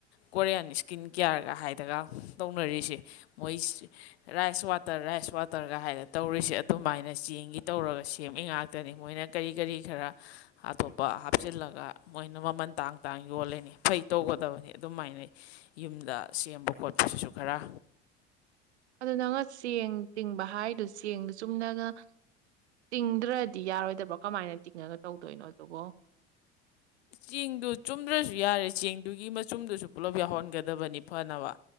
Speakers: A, on the left; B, on the right.
A: ꯀꯣꯔꯤꯌꯥꯟ ꯏꯁꯀꯤꯟ ꯀꯤꯌꯥꯔꯒ ꯍꯥꯏꯗꯒ ꯇꯧꯅꯔꯤꯁꯦ ꯃꯣꯏ ꯔꯥꯏꯁ ꯋꯥꯇꯔ ꯔꯥꯏꯁ ꯋꯥꯇꯔꯒ ꯍꯥꯏꯅ ꯇꯧꯔꯤꯁꯦ ꯑꯗꯨꯃꯥꯏꯅ ꯆꯦꯡꯒꯤ ꯇꯧꯔꯒ ꯁꯦꯝ ꯃꯤ ꯉꯥꯛꯇꯅꯤ ꯃꯣꯏꯅ ꯀꯔꯤ ꯀꯔꯤ ꯈꯔ
B: <unintelligible>
A: ꯑꯇꯣꯞꯄ ꯍꯥꯞꯆꯤꯜꯂꯒ ꯃꯣꯏꯅ ꯃꯃꯜ ꯇꯥꯡ ꯇꯥꯡ ꯌꯣꯂꯅꯤ ꯐꯩ ꯇꯧꯒꯗꯕꯅꯤ ꯑꯗꯨꯃꯥꯏꯅ ꯌꯨꯝꯗ ꯁꯦꯝꯕ ꯈꯣꯠꯄꯁꯤꯁꯨ ꯈꯔ
B: ꯑꯗꯨ ꯅꯪꯅ ꯆꯦꯡ ꯇꯤꯡꯕ ꯍꯥꯏꯗꯣ ꯆꯦꯡꯗꯣ ꯆꯨꯝꯅꯒ ꯇꯤꯡꯗ꯭ꯔꯗꯤ ꯌꯥꯔꯣꯏꯗꯕ꯭ꯔꯣ ꯀꯃꯥꯏꯅ ꯇꯤꯡꯉꯒ ꯇꯧꯗꯣꯏꯅꯣ ꯑꯗꯨꯕꯨꯣ
A: ꯆꯦꯡꯗꯨ ꯆꯨꯝꯗ꯭ꯔꯁꯨ ꯌꯥꯔꯦ ꯆꯦꯡꯗꯨꯒꯤ ꯃꯆꯨꯝꯗꯨꯁꯨ ꯄꯨꯂꯞ ꯌꯥꯎꯍꯟꯒꯗꯕꯅꯤ ꯐꯅꯕ